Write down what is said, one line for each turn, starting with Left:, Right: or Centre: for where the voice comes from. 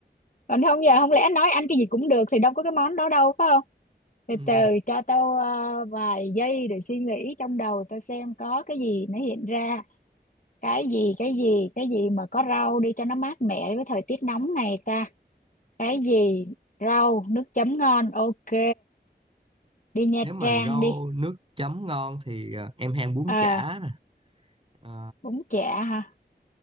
Left: còn không giờ không lẽ anh nói anh cái gì cũng được thì đâu có cái món đó đâu phải không từ
Right: Ừ.
Left: từ cho tao ờ, vài giây để suy nghĩ trong đầu tao xem có cái gì nó hiện ra cái gì cái gì cái gì mà có rau đi cho nó mát mẻ với thời tiết nóng này ta cái gì rau nước chấm ngon ok đi Nha
Right: Nếu mà
Left: Trang
Right: rau
Left: đi
Right: nước chấm ngon thì à, em hay ăn bún
Left: à
Right: chả nè, Ờ,
Left: bún chả hả